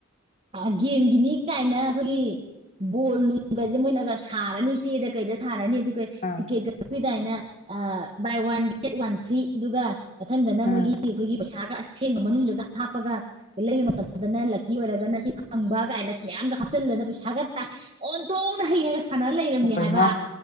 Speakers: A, on the right; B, on the left.
A: ꯑ ꯒꯦꯝꯒꯤꯅꯤ ꯀꯥꯏꯅ ꯈꯣꯏꯒꯤ ꯕꯣꯜ ꯅꯨꯡ꯫ ꯨꯒꯁꯦ ꯃꯣꯏꯅꯒ ꯁꯥꯔꯅꯤ ꯆꯦꯗꯥ ꯀꯩꯗ ꯁꯥꯔꯅꯤ ꯑꯗꯨꯒ
B: ꯑꯥ
A: ꯇꯤꯛꯀꯦꯠꯒ ꯗꯥꯏꯅ ꯑ ꯕꯥꯏ ꯋꯟ ꯒꯦꯠ ꯋꯟ ꯊ꯭ꯔꯤ ꯗꯨꯒ ꯃꯊꯪꯗꯅ
B: ꯑꯥ
A: ꯃꯣꯏꯒꯤ꯫ ꯒꯤ ꯄꯩꯁꯥꯒ ꯑꯁꯦꯡꯕ ꯃꯅꯨꯡꯗꯨꯗ ꯍꯥꯞꯄꯒ ꯂꯩꯕ ꯃꯇꯝꯗꯅ ꯂꯛꯀꯤ ꯑꯣꯏꯔꯒꯅ ꯁꯤ꯫ ꯐꯪꯕ ꯀꯥꯏꯅꯁꯨ ꯃꯌꯥꯝꯒ ꯍꯥꯞꯆꯤꯜꯂꯅ ꯄꯩꯁꯥꯒ ꯇꯥꯟ ꯑꯣꯟꯊꯣꯛꯅ ꯍꯩꯅ ꯂꯩꯔꯝꯃꯤ
B: ꯍꯣꯏ
A: ꯍꯥꯏꯕ
B: ꯃꯥ